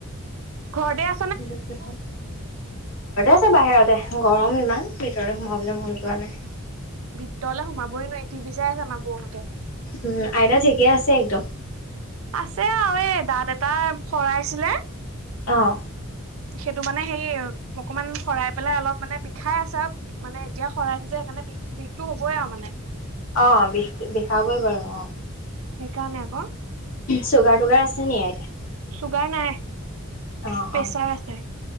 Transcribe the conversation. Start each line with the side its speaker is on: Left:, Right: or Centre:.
Right: ঘৰতে আ
Left: ঘৰতে আছে বাহিৰতে গৰম ইমান! ভিতৰলে সোমাবলৈ মন যোৱা নাই।
Right: ভিতৰলৈ সোমাবই নোৱাৰি, টিভি চাই আছে আমাৰ বৌহঁতে।
Left: উম, আইতা ঠিকে আছে একদম।
Right: আছে আৰু এ দাঁত এটাই সৰাইছিলে
Left: অ'।
Right: সেইটো মানে হেৰি, অকমান সৰাই পেলাই অলপ মানে বিষাই আছে আৰু মানে এতিয়া সৰাই যে, সেইকাৰণে বিষ-বিষটো হ'বই আৰু মানে।
Left: অ', বিষ-বিষাবই বাৰু অ'।
Right: সেইকাৰণে আকৌ।
Left: চুগাৰ টুগাৰ আছে নি আইতাৰ?
Right: চুগাৰ নাই।
Left: অ',
Right: প্ৰেচাৰ
Left: অ'।
Right: আছে